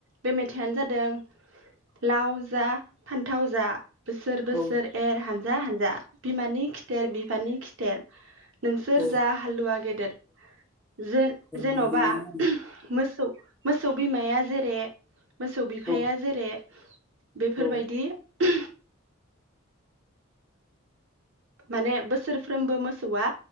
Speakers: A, on the right; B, in the centre.
A: बे मेथाइयानो जादों लाव जा फान्थाव जा बोसोर बोसोर
B: औ
A: एर हान हानजा हानजा बिमानि खिथेर बिफानि खिथ थेर नोंसोर
B: औ
A: जा हालुवा गेदेर। जे जेनबा
B: बिदियैनो
A: मोसौ मोसौ बिमाया जेरै मोसौ बिफाया
B: आरो
A: जेरै बेफोर
B: औ
A: बाय <inaudible> माने बोसोरफ्रोमबो मोसौआ